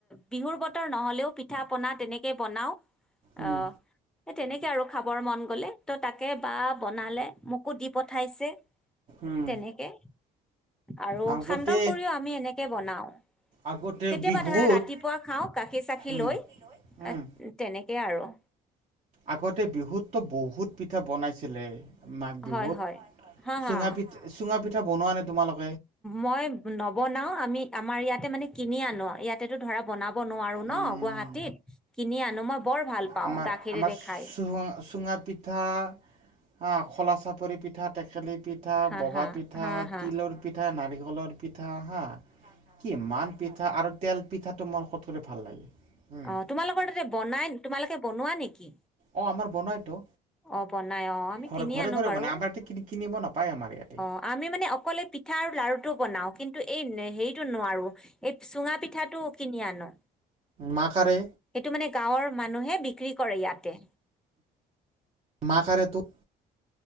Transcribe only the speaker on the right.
উম
উম
আগতে
আগতে
বিহুত
উম
উম
আগতে বিহুততো বহুত পিঠা বনাইছিলে। মাঘ বিহুত
চুঙা
পিঠা চুঙা পিঠা বনোৱা নে তোমালোক
উম
আমাৰ
আমাৰ
চুঙা চুঙা পিঠা আহ খলা চাপৰি পিঠা, তে কেলি পিঠা,
বগা
পিঠা,
তিলৰ পিঠা, নাৰিকলৰ পিঠা হা কিমান পিঠা আৰু তেল পিঠাটো মোৰ কত কৰি ভাল লাগে। উম
অ আমাৰ বনাইতো
ঘৰে
ঘৰে
ঘৰে
বনাই আমাৰ ইয়াতে কিনি কিনিব নাপায় আমাৰ ইয়াতে
মাকাৰে
মাকাৰে তো